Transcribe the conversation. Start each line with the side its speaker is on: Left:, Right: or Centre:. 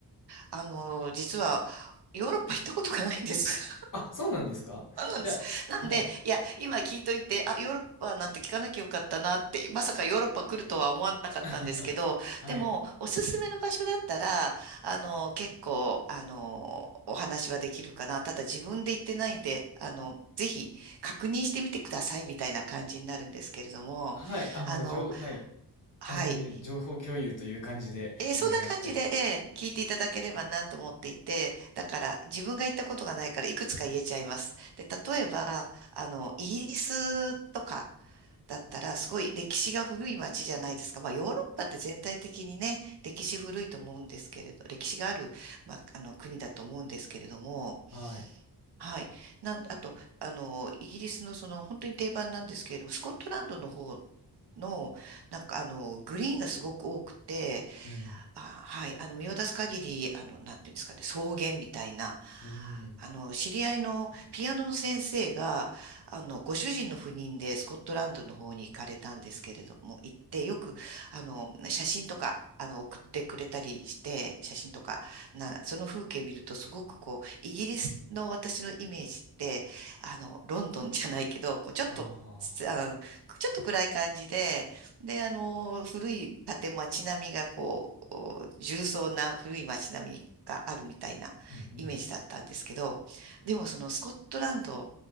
Right: あの、実は、ヨーロッパ行ったことがないんです。<laughs>
Left: あ、そうなんですかじゃあ、
Right: あなんです。なんで、
Left: はい。
Right: いや、今聞いといて、あ、ヨーロッパなんて聞かなきゃよかったなって、まさかヨーロッパ来るとは思わなかったんですけど、
Left: <laughs> はい。
Right: でも、おすすめの場所だったら、あの、結構、あの、お話はできるかな。ただ自分で行ってないんで、あの、ぜひ確認してみてくださいみたいな感じになるんですけれども、
Left: はい。あ、
Right: あの、
Left: もう、情はい。
Right: はい。
Left: あ、全然、情報共有という感じでお願いしたいです。
Right: えーそんな感じで、えー聞いていただければなと思っていて、だから自分が行ったことがないからいくつか言えちゃいます。で、例えば、あの、イギリスとかだったらすごい歴史が古い街じゃないですか。まあ、ヨーロッパって全体的にね、歴史古いと思うんですけれど、歴史がある、まあ、あの、国だと思うんですけれども、
Left: はい。
Right: はい。なん、あと、あの、イギリスのその本当に定番なんですけれども、スコットランドの方の、なんかあの、グリーンがすごく多くて、
Left: うん。
Right: あ、はい。あの、見渡す限り、あの、なんていうんですかね、草原みたいな。
Left: うん。
Right: あの、知り合いのピアノの先生が、あの、ご主人の赴任でスコットランドの方に行かれたんですけれども、行って、よく、あの、写真とか、あの、送ってくれたりして、写真とか、な、その風景見ると、すごくこう、イギリスの私のイメージって、あの、ロンドンじゃないけど、こう、ちょっと、
Left: ああ。
Right: つあのちょっと暗い感じで、で、あの、古い建物、街並みがこう、お重層な古い街並みがあるみたいなイメージだったんですけど、
Left: うんうん。
Right: でもそのスコットランド